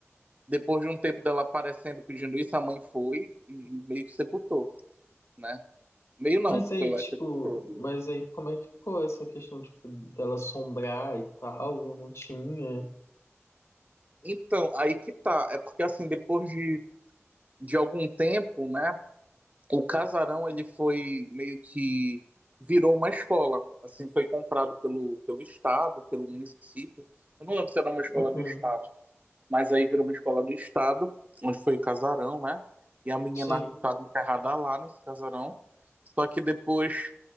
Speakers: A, on the right (about 30°); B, on the left (about 75°).
A: depois de um tempo dela aparecendo pedindo isso, a mãe foi e meio que sepultou, né? Meio não,
B: Mas aí,
A: foi lá
B: tipo,
A: e sepultou.
B: mas aí como é que ficou essa questão, tipo, dela assombrar e tal? Não tinha?
A: Então, aí que tá. É porque, assim, depois de, de algum tempo, né? O casarão, ele foi meio que virou uma escola. Assim, foi comprado pelo, pelo estado, pelo município. Eu não lembro se era uma escola
B: Uhum,
A: do estado, mas aí virou uma escola do estado, onde foi o casarão, né? E a menina
B: sim,
A: estava enterrada lá nesse casarão. Só que depois,